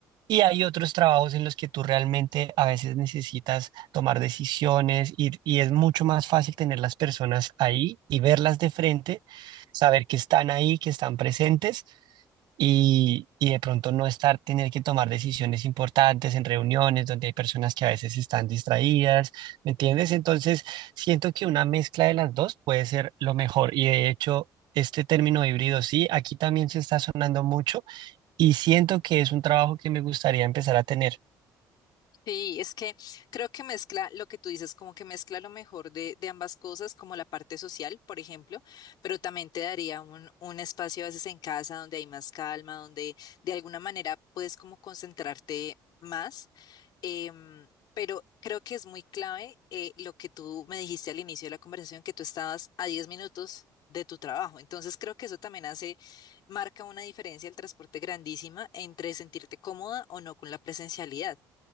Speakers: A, on the right (about 70°); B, on the left (about 65°).
A: Y hay otros trabajos en los que tú realmente a veces necesitas tomar decisiones y, y es mucho más fácil tener las personas ahí y verlas de frente, saber que están ahí, que están presentes y, y de pronto no estar, tener que tomar decisiones importantes en reuniones donde hay personas que a veces están distraídas, ¿me entiendes? Entonces, siento que una mezcla de las dos puede ser lo mejor y de hecho... Este término híbrido, sí, aquí también se está sonando mucho y siento que es un trabajo que me gustaría empezar a tener.
B: Sí, es que creo que mezcla lo que tú dices, como que mezcla lo mejor de, de ambas cosas, como la parte social, por ejemplo, pero también te daría un, un espacio a veces en casa donde hay más calma, donde de alguna manera puedes como concentrarte más. em, pero creo que es muy clave eh, lo que tú me dijiste al inicio de la conversación, que tú estabas a 10 minutos de tu trabajo. Entonces creo que eso también hace, marca una diferencia el transporte grandísima entre sentirte cómoda o no con la presencialidad.